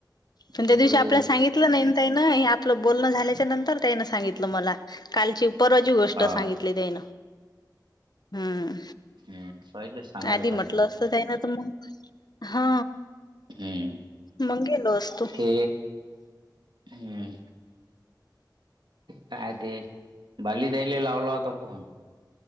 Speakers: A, on the left; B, on the right.
A: पण
B: तिकडे
A: त्या दिवशी आपल्याला सांगि तला नैन ताईनं हे आपलं बोलणं झाल्याच्या नंतर ताईनं सांगितलं मला कालची परवाची गोष्ट
B: हा
A: सांगितली त्यानं. हं..
B: हम्म पहिले सांगायला
A: आधी
B: पाहिजे
A: म्हटलं
B: होत
A: असतं त्यांना तर मंग हा.
B: हम्म
A: मग गेलो असतो
B: ते हम्म. काय ते बाली ताईला लावला होता फोन